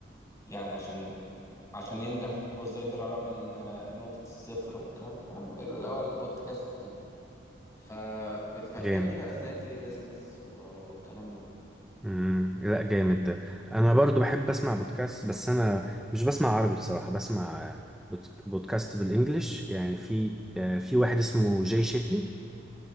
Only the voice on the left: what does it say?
يعني عشان عشان ينجح وازاي طلع بقى من آه، نقطة الصفر والكلام ده فاهم اللي هو البودكاست فبتفهمني
بقى ازاي ابتدي بيزنس و- والكلام ده